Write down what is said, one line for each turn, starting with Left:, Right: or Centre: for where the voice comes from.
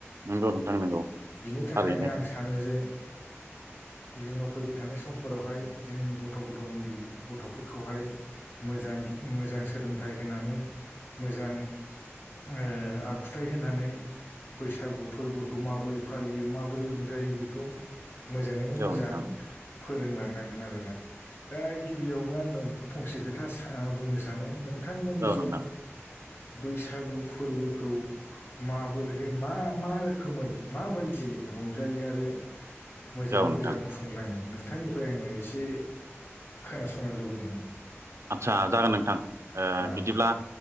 Right: नंगौ नोंथां नंगौ
Left: बिनि थाखायनो
Right: थारैनो
Left: आं थानो जे इयुनाव फैबाय थानाय समफोरावहाय जोंनि गथ' गथ' गथ' उन्दै गथ'फोरखौहाय मोजां मोजां सोलोंथाइ होनानै मोजां ओ आखुथाइ होनानै बैसागु फोरबोखौ माबोरै फालियो माबोरै रंजायो बेखौ मोजाङैनो
Right: औ
Left: मोजां
Right: नोंथां
Left: फोरोंलांनांगोन आरोना दा गिबियावनो आङो फंसे खोथा सा ओ बुंनो सानो नोंथांमोननि
Right: औ
Left: जों
Right: नोंथां
Left: बैसागु फोरबोखौ माबोरैहै मा मा रोखोमै माबायदि रंजायो आरो मोजाङै
Right: औ
Left: मोजां
Right: नोंथां
Left: खुंलाङो नोंथांनिफ्राय आङो एसे खोनासंनो लुबैदोंमोन
Right: आच्चा जागोन नोंथां ओ
Left: औ
Right: बिदिब्ला